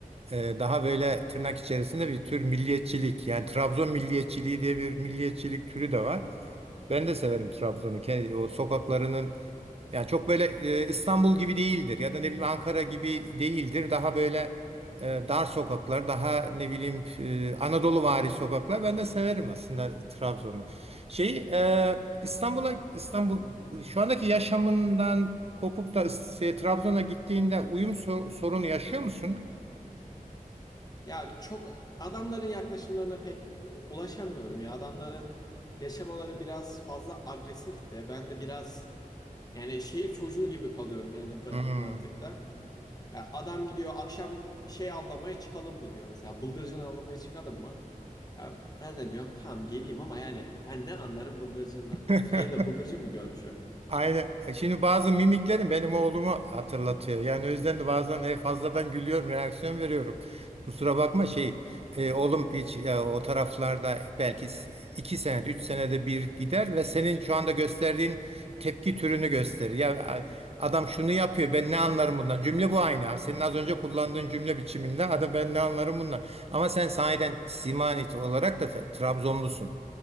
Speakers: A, on the right; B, on the left.
A: Ee, daha böyle tırnak içerisinde bir tür milliyetçilik. Yani Trabzon milliyetçiliği diye bir milliyetçilik türü de var. Ben de severim Trabzon'u. Ke- O sokaklarının Yani çok böyle e, İstanbul gibi değildir ya da ne bileyim Ankara gibi değildir. Daha böyle e, dar sokaklar, daha ne bileyim e, Anadoluvari sokaklar. Ben de severim aslında Trabzon'u. Şey e, İstanbul'a İstanbul şu andaki yaşamından kopup da şey, Trabzon'a gittiğinde uyum sor- sorunu yaşıyor musun?
B: Ya çok adamların yaklaşımlarına pek ulaşamıyorum ya. Adamların yaşamaları biraz fazla agresif de. Ben de biraz yani şehir çocuğu gibi kalıyorum yani pratik
A: Hmm.
B: mantıkta. Ya adam gidiyor akşam şey avlamaya çıkalım mı diyor. Mesela bıldırcın avlamaya çıkalım mı? Ya ben de diyorum tamam geleyim ama yani ben ne anlarım bıldırcından.
A: <laughs>
B: Şehirde bıldırcın mı görmüş o?
A: Aynen. Şimdi bazı mimiklerim benim oğlumu hatırlatıyor. Yani o yüzden de bazen e, fazladan gülüyorum, reaksiyon veriyorum. Kusura bakma şey, e, oğlum hiç ya, o taraflarda belki s- iki senede, üç senede bir gider ve senin şu anda gösterdiğin tepki türünü gösterir. Ya a- adam şunu yapıyor, ben ne anlarım bundan? Cümle bu aynı. abi. Senin az önce kullandığın cümle biçiminde, adam ben ne anlarım bundan? Ama sen sahiden simanit olarak da Tra- Trabzonlusun.